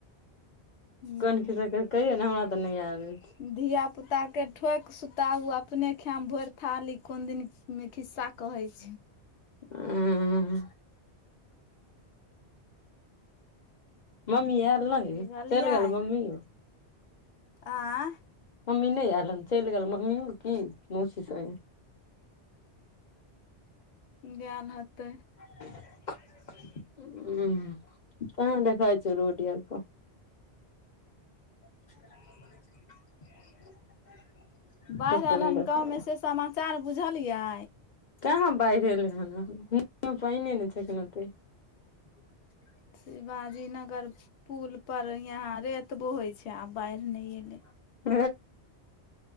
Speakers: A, on the left; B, on the left.
A: हूं
B: कोन खिसा कहै कहियौने हमरा तऽ नहि आबै छै।
A: धिया पुता के ठोकि सुताउ अपने खायम भरि थाली कोन दनि मे खिस्सा कहै छी।
B: उम्म मम्मी आयल रहे
A: बुझलियै
B: ने चलि गेल मम्मी?
A: आँय
B: मम्मी नहि हलन चलि गेल मम्मी ओ की मोसस होय।
A: ब्याह हतै।
B: उम्म <unintelligible> <inaudible>
A: बाढ़ि
B: कतौ
A: आयल
B: नहि
A: हन
B: देखाइ
A: त ओ में से समाचार बुझलियै?
B: कहाँ बाढ़ि एयलै हन पानि नहि छैन ओते <inaudible>
A: शिवाजी नगर पुलपर यहाँ रे त बोहैत छै आब बाढ़ि नहि अयलै।
B: <inaudible>